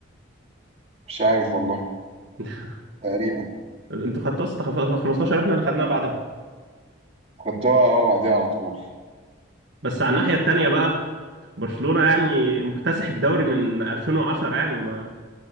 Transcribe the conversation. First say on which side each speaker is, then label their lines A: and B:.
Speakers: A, on the right; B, on the right.
A: مش عارف والله
B: <laughs>
A: تقريبا
B: انتوا خدتوا اصلا خف- 15 واحنا اللي خدناها بعدها
A: خدتوها اه بعديها على طول
B: بس على الناحيه التانيه بقى برشلونه يعني مكتسح الدوري من 2010 يعني ما